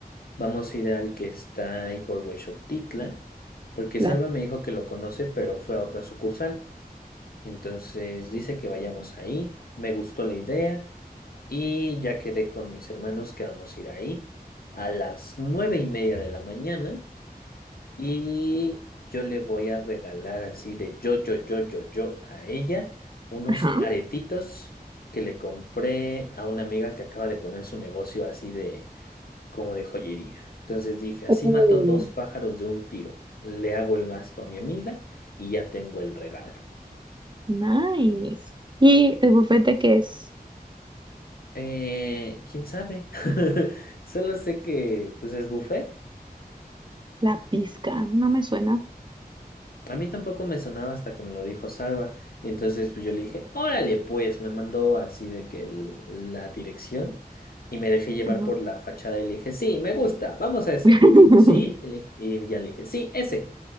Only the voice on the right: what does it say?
La...
Ajá.
Uh,
nice. ¿Y el bufete que es?
La pizca. No me suena.
No.
<laughs>